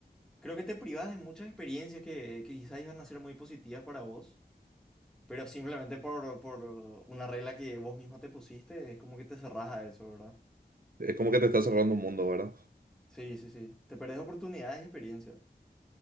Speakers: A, in the centre; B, on the right.
A: creo que te privas de muchas experiencias que, que quizás iban a ser muy positivas para vos, pero simplemente por, por una regla que vos mismo te pusiste, es como que te cerrás a eso, ¿verdad?
B: Es como que te está cerrando un mundo, ¿verdad?
A: Sí, sí, sí. Te perdés oportunidades y experiencias.